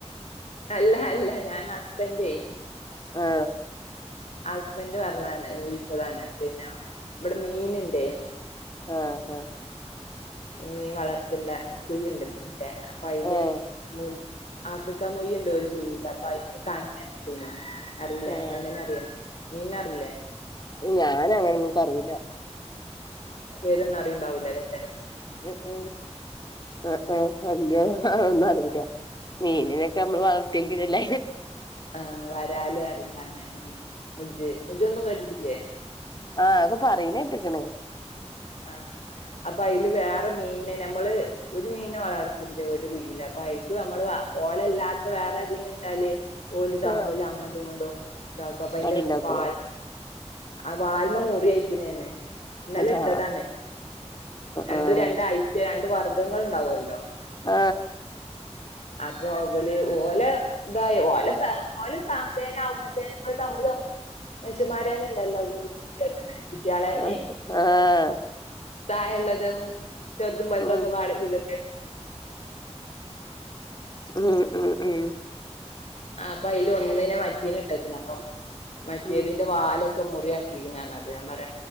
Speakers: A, on the left; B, on the left.
A: അല്ല അല്ല ഞാൻ ഹുസ്ബൻഡയ്
B: ആ
A: ഹസ്ബൻഡ് പറഞ്ഞാന് വിഴിച്ചതാണ് പിന്നെ ഇവിടെ മീൻുണ്ടേ-
B: ആ ഹാ
A: മീ വളർത്തിന്റെ കുഴുണ്ട് മീന്റെ അപ്പൊ ആയിൽ
B: ഏഹ്
A: മു ആഫ്രിക്ക മൊയി ഉണ്ടോ ഒരു കുയിൽ അപ്പൊ അതിന് കണ്ണന അറിയില്ല
B: ഏഹ്
A: കണ്ണന അറിയോ- മീന്നാറില്ലേ?
B: ഞാന അങ്ങനെന്നക്കറിയില്ല.
A: പേരൊന്നും അറിയുണ്ടാവില്ല അല്ലേ?
B: ഉ ഉം ഉ ഉ ഉ ന്നും അറിയില്ല മീനിനൊക്കെ നമ്മൾ വളർത്തിയെങ്കിൽല്ല.
A: ആ വരാലേ അറ കണ്ണ മുജ് മുജ ഒന്നും കേട്ടിട്ടില്ലേ?
B: ആ അക്കൊ പറയനെറ്ക്കൻ.
A: ആ അപ്പൊ അതില് വേറെ മീനിനെ നമ്മള് ഒരു മീനിനെ വളർത്തിണ്ട് ഒരു കുയില് അപ്പൊ അയിക്ക് നമ്മള്- ഓലല്ലാത്ത വേറെ തീനെ ഇട്ടാല് ഓല തമ്മില്
B: ആഹ്
A: അങ്ങോട്ടും ഇങ്ങോണ്ടും- ഇതക്കും അപ്പ അതിന്റെ
B: അടിണ്ടാക്കുവോ
A: വാൽ ആ വാൽമ മുറി അയക്കുന്നന്നെ നല്ല-
B: അതാ
A: ട്ടത രണ്ടും
B: ആഹ്
A: രണ്ട ഐ രണ്ട വർഗ്ഗങ്ങൾ ഉണ്ടാവല്ലോ.
B: ആ
A: അപ്പൊ അതുപോലെ ഓലെ ഇതായ ഓല ഓലെ സേന അമ്പത്തേ തമ്മ മച്ച്മാരാന ണ്ടല്ലോ. കുട്ടിയളേന്നെ.
B: ആഹ് ആഹ് ആഹ്
A: പ്രായല്ലതും ചെറുതും വലിതും
B: ഉം
A: -
B: മ് മ് മ്
A: ആ അപ്പൊ അതിൽ ഒന്നിനെ മറ്റീന ഇട്ടക്കുന്നു അപ്പ മറ്റിയതിന്റെ
B: ഉം
A: വാലൊക്കെ മുറിയാക്കി. അപ്പൊ ഞാൻ പറ